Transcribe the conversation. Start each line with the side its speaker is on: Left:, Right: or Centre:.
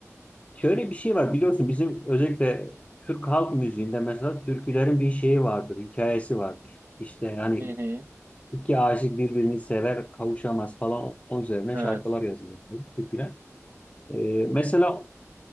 Left: Şöyle bir şey var biliyorsun bizim özellikle Türk halk müziğinde mesela türkülerin bir şeyi vardır, hikayesi vardır. İşte yani
Right: Hı hı.
Left: iki aşık birbirini sever, kavuşamaz falan onun üzerine
Right: Evet.
Left: şarkılar yazılır, türküler. Ee, mesela